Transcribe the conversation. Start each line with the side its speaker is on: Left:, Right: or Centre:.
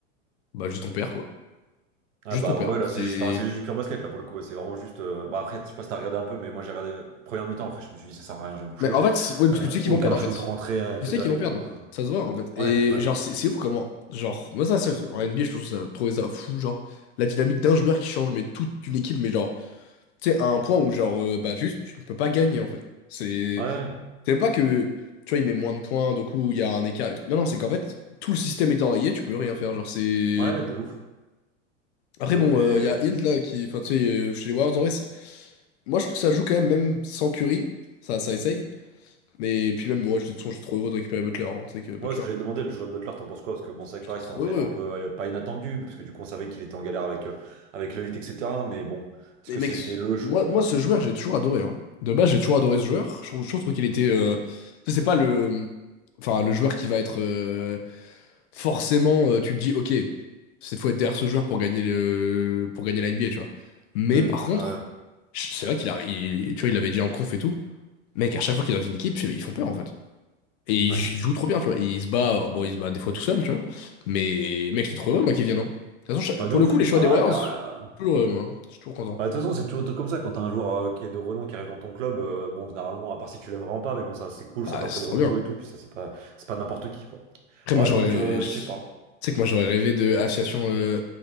Left: Bah, juste on perd, quoi.
Right: Ah
Left: Juste
Right: bah
Left: on perd.
Right: ouais là
Left: C'est.
Right: c'est juste enfin, c'est juste du pur basket là pour le coup ouais, c'est vraiment juste euh, bah après je sais pas si t'as regardé un peu mais moi j'ai regardé première mi-temps après je me suis dit ça sert à rien je vais me coucher
Left: Mais en fait, c'est- oui, parce
Right: Euh,
Left: que tu sais qu'ils
Right: aucun
Left: vont perdre, en
Right: shoot
Left: fait.
Right: rentré euh,
Left: Tu
Right: que
Left: sais
Right: dalle
Left: qu'ils vont
Right: et
Left: perdre.
Right: tout hein.
Left: Ça se voit, en fait. Et
Right: Ouais, ouais,
Left: genre, c'est c'est ouf comment. Genre, moi, ça, ça, en NBA, je trouve ça, trouvé ça fou. Genre, la dynamique d'un joueur qui change, mais toute une équipe, mais genre. Tu sais, à un point où, genre, euh, bah, juste, tu ne peux pas gagner, en fait. C'est
Right: ouais, ouais,
Left: c'est même pas que, tu vois, il met moins de points, donc coup, il y a un écart et tout. Non, non, c'est qu'en fait, tout le système est enrayé, tu peux rien faire. Genre, c'est.
Right: Ouais, de ouf,
Left: Après,
Right: de
Left: bon,
Right: ouf. Et
Left: euh, il y a
Right: euh,
Left: Hill, là, qui. Enfin, tu sais, euh, chez les Warriors, en vrai, c'est- moi, je trouve que ça joue quand même, même sans Curry. Ça, ça essaye. Mais puis, même, moi, j'étais de toute façon, j'étais trop heureux de récupérer Butler. hein. Tu sais que Butler,
Right: moi, ce que j'avais demandé, le choix de Butler, t'en penses quoi? Parce que bon, c'est vrai
Left: j'étais
Right: que pareil,
Left: trop
Right: c'était un trade
Left: heureux.
Right: un peu euh, pas inattendu, mais parce que du coup, on savait qu'il était en galère avec, euh, avec le Heat, etc. Mais bon, est-ce
Left: Mais
Right: que
Left: mec,
Right: c'était le choix?
Left: moi, moi ce joueur, j'ai toujours adoré. hein. De base, j'ai toujours adoré ce joueur. Je trouve, je trouve qu'il était. euh, tu sais, c'est pas le. Enfin, le joueur qui va être. euh, forcément, euh, tu te dis, ok, cette fois être derrière ce joueur pour gagner le, pour gagner la NBA, tu vois. Mais
Right: Hmm,
Left: par contre,
Right: ouais,
Left: c'est vrai qu'il a. il- tu vois, il l'avait dit en conf et tout. Mec, à chaque fois qu'il est dans une équipe, ils font peur en fait. Et il
Right: ouais,
Left: joue trop bien, tu vois. Il se bat, euh, bon, il se bat des fois tout seul, tu vois. Mais mec, j'étais trop heureux, moi, qu'il vienne. hein. De toute façon, je-
Right: bah,
Left: pour
Right: de ouf.
Left: le coup, les choix
Right: Ah,
Left: des Warriors,
Right: et puis, euh,
Left: toujours heureux, moi. hein. Je suis toujours content.
Right: bah, de toute façon, c'est toujours des trucs comme ça quand t'as un joueur euh, qui est de renom qui arrive dans ton club. euh, bon, généralement, à part si tu l'aimes vraiment pas, mais bon, ça c'est cool,
Left: Ah,
Right: ça fait un
Left: c'est
Right: peu de
Left: trop
Right: renouveau
Left: bien.
Right: et tout. Puis ça, c'est pas, c'est pas n'importe qui, quoi.
Left: Après,
Right: Ouais,
Left: moi, j'aurais.
Right: donc, euh,
Left: je-
Right: je sais pas.
Left: Tu sais que moi, j'aurais rêvé de association euh,